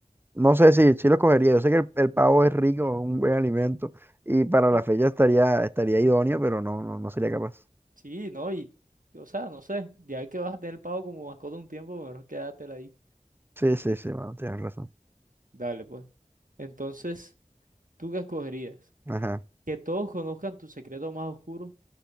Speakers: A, on the right (about 15°); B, on the right (about 75°).
A: No sé si sí lo cogería. Yo sé que el, el pavo es rico, es un buen alimento y para la
B: Hmm,
A: fecha estaría, estaría idóneo, pero no, no, no sería capaz.
B: Sí, no, y, y, o sea, no sé. Ya que vas a tener el pavo como mascota un tiempo, mejor quédatela ahí.
A: Sí, sí, sí, mano, tienes razón.
B: Dale, pues. Entonces, ¿tú qué escogerías?
A: Ajá.
B: ¿Que todos conozcan tu secreto más oscuro